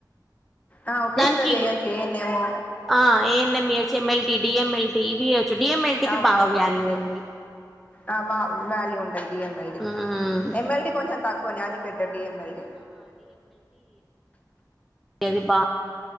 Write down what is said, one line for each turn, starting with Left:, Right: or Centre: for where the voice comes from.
Left: ఆ ఒకేషనల్
Centre: దన్కి
Left: చేయొచ్చు ఏన్నేమో
Centre: ఆ ఎన్నమిచమ్ మల్ డిఎంఎల్టి ఇవియవచ్చు డిఎంఎల్టిికి
Left: అవునవునండి
Centre: బాగా వ్యాల్యూ ఉంది
Left: ఆ వా వాల్యూ ఉన్ డిఎంఎల్డి
Centre: మ్మ్
Left: ఎంఎల్డి కొంచెం తక్కువని అది బేట్టర్ డిఎంఎల్డి
Centre: ఏవి బా